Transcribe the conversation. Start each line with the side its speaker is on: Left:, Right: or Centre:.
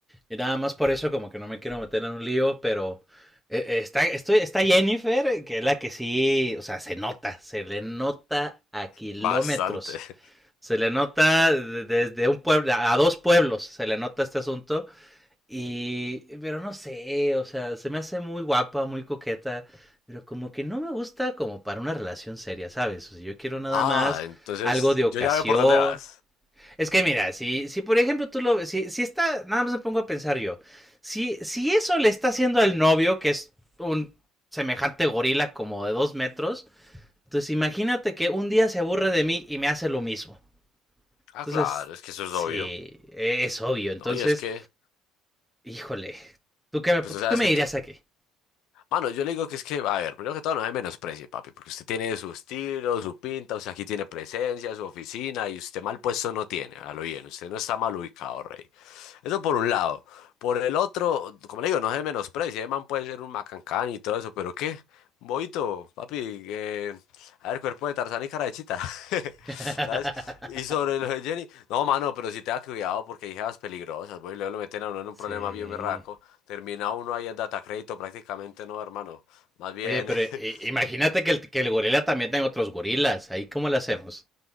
Centre: y nada más por eso como que no me quiero meter en un lío, pero eh, eh, está, estoy, está Jennifer, que es la que sí, o sea, se nota, se le nota a kilómetros
Left: Bastante.
Centre: Se le nota desde un pueblo, a dos pueblos se le nota este asunto. Y, pero no sé, o sea, se me hace muy guapa, muy coqueta, pero como que no me gusta como para una relación seria, ¿sabes? O sea, yo quiero nada
Left: Ah,
Centre: más
Left: entonces
Centre: algo de ocasión.
Left: yo ya veo por dónde vas.
Centre: Es que mira, si, si por ejemplo tú lo, ves, si, si está, nada más me pongo a pensar yo, si, si eso le está haciendo al novio, que es un semejante gorila como de dos metros, entonces imagínate que un día se aburre de mí y me hace lo mismo.
Left: Ah,
Centre: Entonces,
Left: claro, es que eso es
Centre: sí,
Left: obvio.
Centre: e-, es obvio. Entonces,
Left: No, y es que,
Centre: híjole, ¿tú qué me,
Left: pues,
Centre: tú
Left: o sea,
Centre: qué
Left: es
Centre: me
Left: que
Centre: dirías
Left: tú,
Centre: aquí?
Left: Mano, yo le digo que es que, a ver, primero que todo no me menosprecie, papi, porque usted tiene su estilo, su pinta, o sea, aquí tiene presencia, su oficina, y usted mal puesto no tiene, a lo bien, usted no está mal ubicado, rey. Eso por un lado. Por el otro, como le digo, no se menosprecie, el man puede ser un macancán y todo eso, pero ¿qué? Un Boito, papi, eh, a ver, cuerpo de Tarzán y cara de chita, <laughs>
Centre: <laughs>
Left: ¿sabes? Y sobre lo de Jenny, no, mano, pero sí tenga cuidado porque hay jevas peligrosas, voy, luego lo meten a uno en un
Centre: sí.
Left: problema bien berraco, termina uno ahí en data crédito prácticamente, no, hermano, más bien,
Centre: Oye, pero
Left: <laughs>
Centre: i- imagínate que el, que el gorila también tenga otros gorilas. Ahí, ¿cómo lo hacemos?